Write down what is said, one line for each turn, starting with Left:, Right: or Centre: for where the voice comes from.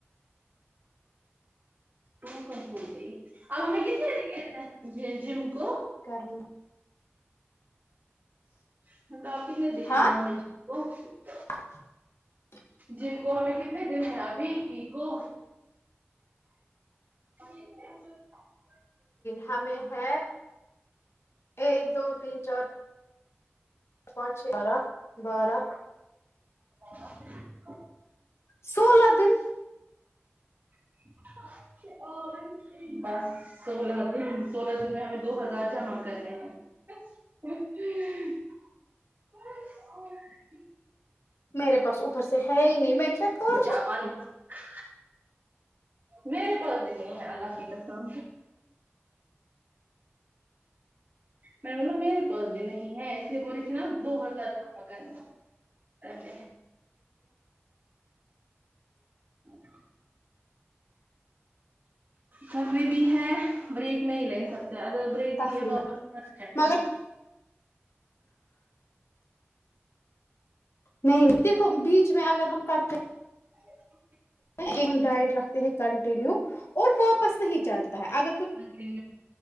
Right: تو کب ہو گئی آج بھی <unintelligible> گئے تھے جم کو
Left: کرنی
Right: <unintelligible>
Left: ہاں <inaudible>
Right: جن کو ہمیں کتنے دن ہے ابھی ٹھیک ہو <inaudible>
Left: ہمیں ہے ایک دو تین چار پانچ چھ بارہ بارہ
Right: <inaudible>
Left: سولہ دن
Right: <inaudible> بس سولہ دن سولہ دن میں ہمیں دو ہزار جمع کرنے ہیں <inaudible> <inaudible>
Left: میرے پاس اوپر سے ہے ہی نہیں میں کیا کروں
Right: <inaudible> میرے پاس نہیں ہے اللہ کی قسم میرے پاس بھی نہیں ہے اس لیے بول رہی تھی نا دو ہزار زیادہ کرنا <inaudible> کبھی بھی ہے بریک نہیں لے سکتے اگر بریک
Left: تفریح
Right: لیے واپس جائیں
Left: مگر نہیں نہیں دیکھو بیچ میں اگر ہم کرتے
Right: ہ <inaudible>
Left: یہ ڈائیٹ رکھتے ہیں کنٹینیو اور واپس نہیں چڑھتا ہے اگر کچھ
Right: گے